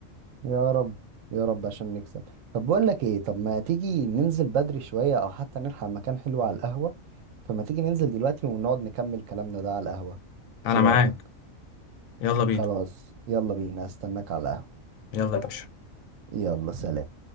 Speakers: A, on the right; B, on the left.
A: يا رب يا رب عشان نكسب طب بقول لك ايه طب ما تيجي ننزل بدري شويه او حتى نلحق مكان حلو على القهوه فما تيجي ننزل دلوقتي ونقعد نكمل كلامنا ده على القهوه
B: انا
A: ايه
B: معاك
A: رايك
B: يلا بينا
A: خلاص يلا بينا استناك على القهوه
B: يلا يا باشا
A: يلا سلام